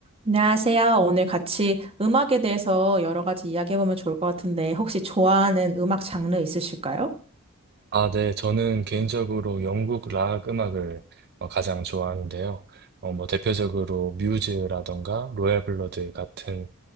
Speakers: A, on the right; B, on the right.
A: 안녕하세요. 오늘 같이 음악에 대해서 여러 가지 이야기해보면 좋을 것 같은데, 혹시 좋아하는 음악 장르 있으실까요?
B: 아, 네. 저는 개인적으로 영국 락 음악을 어, 가장 좋아하는데요. 어, 뭐 대표적으로 뮤즈라던가 로얄 블러드 같은